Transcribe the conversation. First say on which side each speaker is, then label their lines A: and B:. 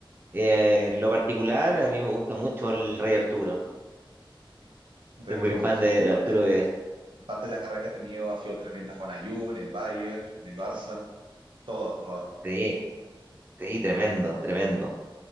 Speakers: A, on the right; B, on the right.
A: Eh, en lo particular, a mí me gusta mucho el Rey Arturo.
B: Un rato
A: Soy muy
B: buenísimo.
A: fan de
B: Aparte,
A: Arturo Vidal.
B: aparte de la carrera que ha tenido, ha sido tremenda. Juan la juve en el Bayern, en el Barça, todo ha jugado.
A: Sí, sí, tremendo, tremendo.